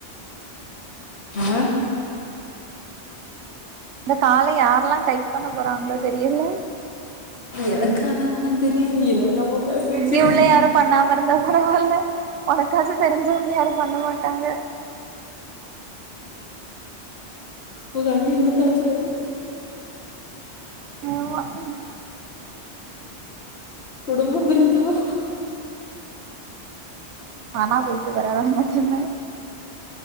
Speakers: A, on the left; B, on the right.
A: ஆ
B: இந்த கால யாரெல்லா டைப் பண்ண போறாங்களோ தெரியல
A: எனக்கு அதா ஒண்ணு தெரியலையே என்னென்னமோ பேசி வெச்சி
B: இங்க உள்ள யாரும் பண்ணாம இருந்தா பரவால்ல பணக்காசு தெரிஞ்சவங்க யாரு பண்ண மாட்டாங்க
A: உங்க அண்ணி குடுத்தாச்சி வரு
B: ஆமா ம்
A: குடும்போ பிரிஞ்சி போ
B: நானா போயிட்டு வரவே மாட்டேனாங்க